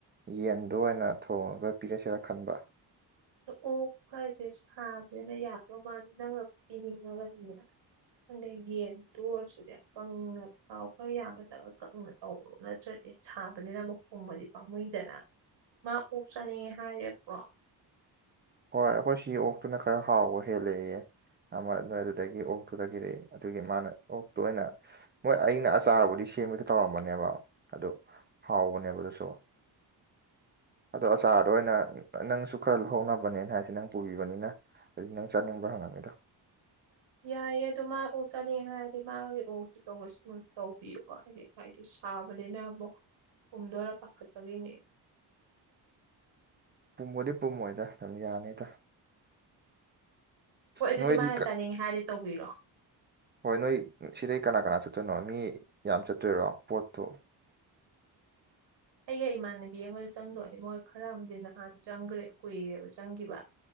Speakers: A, on the right; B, on the right.
A: ꯌꯦꯟꯗꯣ ꯑꯣꯏꯅ ꯊꯣꯡꯉꯒ ꯄꯤꯔꯛꯁꯤꯔꯥ ꯈꯟꯕ
B: ꯑꯣꯛ ꯍꯥꯏꯁꯦ ꯁꯥꯕꯅꯤꯅ ꯌꯥꯗꯧ ꯃꯥꯟꯗꯦ ꯅꯪꯅ ꯄꯤꯅꯤꯡꯉꯒꯗꯤꯅꯦ ꯈꯪꯗꯦ ꯌꯦꯟ ꯇꯣꯛꯑꯁꯨꯅꯦ ꯀꯪꯅ ꯇꯥꯎꯕ ꯌꯥꯒꯗꯕꯒ ꯀꯪꯅ ꯇꯧꯔꯣ ꯅꯠꯇ꯭ꯔꯗꯤ ꯁꯥꯕꯅꯤꯅ ꯑꯃꯨꯛ ꯄꯨꯝꯃꯗꯤ ꯄꯥꯝꯃꯨꯏꯗꯅ ꯃꯥ ꯑꯣꯛ ꯆꯥꯅꯤꯡꯉꯦ ꯍꯥꯏꯔꯦꯕ꯭ꯔꯣ
A: ꯍꯣꯏ ꯑꯩꯈꯣꯏ ꯁꯤ ꯑꯣꯛꯇꯨꯅ ꯈꯔ ꯍꯥꯎꯕ ꯍꯦꯜꯂꯦꯌꯦ ꯑꯃ ꯅꯣꯏ ꯑꯗꯨꯗꯒꯤ ꯑꯣꯛꯇꯨꯗꯒꯤꯗꯤ ꯑꯗꯨꯒꯤ ꯃꯥꯅ ꯑꯣꯛꯇꯨ ꯑꯩꯅ ꯍꯣꯏ ꯑꯩꯅ ꯑꯆꯥꯔꯕꯨꯗꯤ ꯁꯦꯝꯃꯒꯦ ꯇꯧꯔꯝꯕꯅꯦꯕ ꯑꯗꯨ ꯍꯥꯎꯕꯅꯦꯕ ꯑꯗꯨꯁꯨ ꯑꯗꯣ ꯑꯆꯥꯔꯗꯣ ꯑꯩꯅ ꯅꯪꯁꯨ ꯈꯔ ꯂꯧꯍꯧꯅꯕꯅꯦꯅ ꯑꯩꯁꯨ ꯅꯪ ꯄꯨꯕꯤꯕꯅꯤꯅ ꯅꯪ ꯆꯥꯅꯤꯡꯕ꯭ꯔ ꯍꯪꯉꯝꯃꯤꯗꯣ
B: ꯌꯥꯏꯌꯦ ꯑꯗꯨ ꯃꯥ ꯑꯣꯛ ꯆꯥꯅꯤꯡꯉꯦ ꯍꯥꯏꯔꯗꯤ ꯃꯥꯒꯤ ꯑꯣꯛꯇꯨ ꯇꯧꯔꯁꯨ ꯎꯝ ꯇꯧꯕꯤꯌꯨꯀꯣ ꯍꯥꯏꯗꯤ ꯍꯥꯏꯗꯤ ꯁꯥꯕꯅꯤꯅ ꯑꯃꯨꯛ ꯄꯨꯝꯗꯣꯏꯔ ꯄꯥꯈꯠꯄꯒꯤꯅꯤ
A: ꯄꯨꯝꯕꯗꯤ ꯄꯨꯝꯃꯣꯏꯗ ꯑꯗꯨꯝ ꯌꯥꯅꯤꯗ
B: ꯍꯣꯏ ꯑꯗꯨꯗꯤ
A: ꯅꯣꯏꯗꯤ
B: ꯃꯥꯅ
A: ꯀ-
B: ꯆꯥꯅꯤꯡꯉꯦ ꯍꯥꯏꯔꯗꯤ ꯇꯧꯕꯤꯔꯣ
A: ꯍꯣꯏ ꯅꯣꯏ ꯁꯤꯗꯩ ꯀꯅꯥ ꯀꯅꯥ ꯆꯠꯇꯣꯏꯅꯣ ꯃꯤ ꯌꯥꯝ ꯆꯠꯇꯣꯏꯔꯣ ꯄꯣꯠꯇꯨ
B: ꯑꯩꯒꯤ ꯏꯃꯥꯟꯅꯕꯤ ꯑꯃꯒ ꯆꯪꯗꯣꯏ ꯃꯣꯏ ꯈꯔ ꯑꯃꯗꯤ ꯅꯍꯥꯟ ꯆꯪꯈ꯭ꯔꯦ ꯀꯨꯏꯔꯦꯕ ꯆꯪꯈꯤꯕ